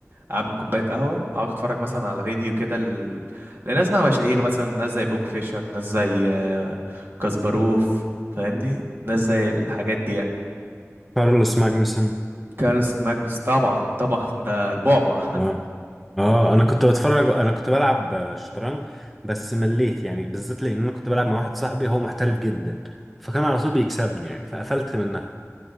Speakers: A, on the right (about 45°); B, in the centre.
A: اعمل كوبايه قهوه اقعد اتفرج مثلا على فيديو كده ل... لناس بقى مشاهير مثلا ناس زي بوب فيشر ناس زي آه، كاسباروف فاهمني ناس زي الحاجات دي يعني
B: كارلوس ماجنسون
A: كارلسن ماجنس طبعا طبعا ده البعبع
B: اه اه انا كنت بتفرج انا كنت بلعب آه، شطرنج بس مليت يعني بالذات لان انا كنت بلعب مع واحد صاحبي هو محترف جدا فكان على طول بيكسبني يعني فقفلت منها